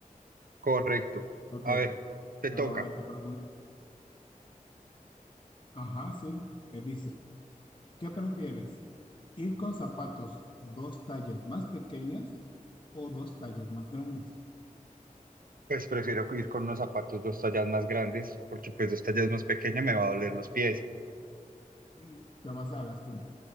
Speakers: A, on the right; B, on the left.
A: correcto.
B: Ok,
A: A ver, te toca.
B: ahora te pregunto. Ajá, sí. Me dice, ¿qué prefieres? Ir con zapatos dos tallas más pequeñas o dos tallas más grandes.
A: Pues prefiero ir con unos zapatos dos tallas más grandes, porque pues dos tallas más pequeñas me va a doler los pies.
B: Sí, te vas a lastimar,